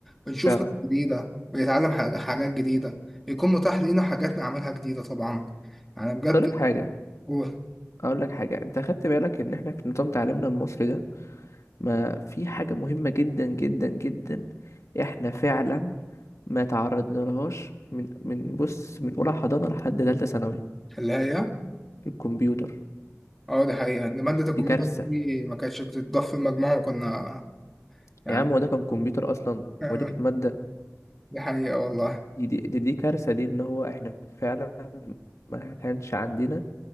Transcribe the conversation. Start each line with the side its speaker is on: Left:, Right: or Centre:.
Centre: بنشوف
Left: فعلا
Centre: ناس جديدة بنتعلم حاج- حاجات جديدة بيكون متاح لينا حاجات نعملها جديدة طبعا يعني بجد
Left: بس اقول لك حاجه
Centre: هو
Left: اقول لك حاجه انت خدت بالك ان احنا في نظام تعليمنا المصري ده ما في حاجة مهمة جدا جدا جدا احنا فعلا ما تعرضنا لهاش من من بص من اولى حضانة لحد تالتة ثانوي
Centre: اللي هي
Left: الكمبيوتر
Centre: اه دي حقيقة إن مادة الكمبيوتر
Left: دي كارثة
Centre: دي ما كانتش بتتضاف في المجموع وكنا يعني
Left: يا عم هو ده كان كمبيوتر اصلا
Centre: آه،
Left: ودي كانت مادة
Centre: دي حقيقة والله
Left: دي دي, دي, دي كارثة دي ان هو احنا فعلا ما كانش عندنا